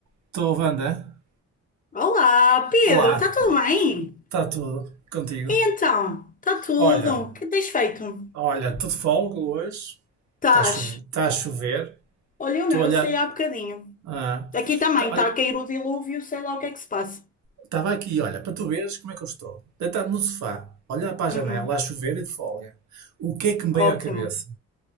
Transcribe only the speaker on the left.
Olá, Pedro,
está tudo bem?
E então, está tudo?
O que tens feito?
Estás?
Olha,
eu não, eu
saí há bocadinho.
Aqui também
está
a cair o dilúvio, sei lá o que é que se passa.
Uhum,
Ótimo,